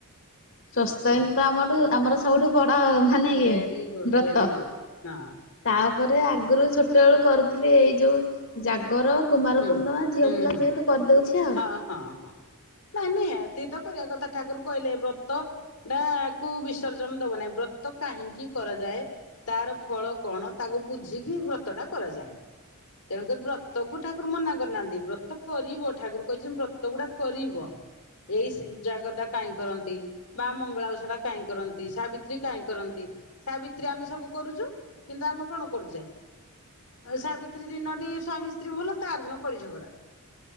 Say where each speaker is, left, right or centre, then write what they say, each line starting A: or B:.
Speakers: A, on the left (about 60°); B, on the left (about 85°).
A: ସୋସ୍ତେନ ତ ଆମଠୁ ଆମର ସବୁଠୁ ବଡ ମାନେ ଇଏ
B: ଭେରି ଗୁଡ୍
A: ବ୍ରତ
B: ଭେରି ଗୁଡ୍ ହଁ।
A: ତାପରେ ଆଗୁରୁ ଛୋଟ ବେଳୁ କରୁଥିଲି ଏଇ ଯୋଉ ଜାଗର। କୁମାର
B: ହୁଁ
A: ପୂର୍ଣ୍ଣମା ଝିଅ
B: ହୁଁ
A: ପିଲା
B: ହୁଁ
A: ଯେହେତୁ କରଦଉଛି ଆଉ।
B: ହଁ ହଁ ହଁ ନାଇଁ ନିହାତି ତ କରିଆ କଥା ଠାକୁର କହିଲେ ଏ ବ୍ରତ ଟା କୁ ବିସର୍ଜନ ଦବ ନାହିଁ ବ୍ରତ କାହିଁକି କରାଯାଏ। ତାର ଫଳ କଣ ତାକୁ ବୁଝିକି ବ୍ରତ ଟା କରାଯାଏ ତେଣୁ କରି ବ୍ରତ କୁ ଠାକୁର ମନା କରିନାହାନ୍ତି ବ୍ରତ କରିବ ଠାକୁର କହିଛନ୍ତି ବ୍ରତ ଗୁଡା କରିବ। ଏଇ ସି ଜାଗର ଟା କାହିଁ କରନ୍ତି। ବା ମଙ୍ଗଳା ଓଷା ଟା କାଇଁ କରନ୍ତି ସାବିତ୍ରୀ କାଇଁ କରନ୍ତି। ସାବିତ୍ରୀ ଆମେ ସବୁ କରୁଚୁ କିନ୍ତୁ ଆମେ କଣ କରୁଚେ। ଆଉ ସାବିତ୍ରୀ ଦିନ ଟି ସ୍ଵାମୀ ରାତି ରେ ଭଲ ତାର ଦିନ କଳି ଝଗଡା।